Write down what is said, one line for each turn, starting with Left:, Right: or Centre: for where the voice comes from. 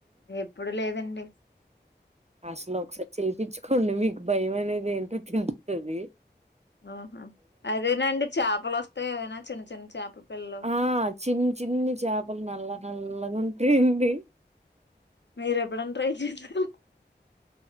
Left: ఎప్పుడు లేదండి
Right: అసలు ఒకసారి చేయించుకోండి మీకు భయం అనేది ఏంటో తెలుతది.
Left: ఆహా అదేనాండి చేపలు వస్తాయి ఏవైనా చిన్న చిన్న చేపల పిల్లలు
Right: ఆ చిన్న చిన్ని చేపలు నల్ల నల్లగా ఉంటాయండి
Left: మీరు ఎప్పుడన్న ట్రై చేసార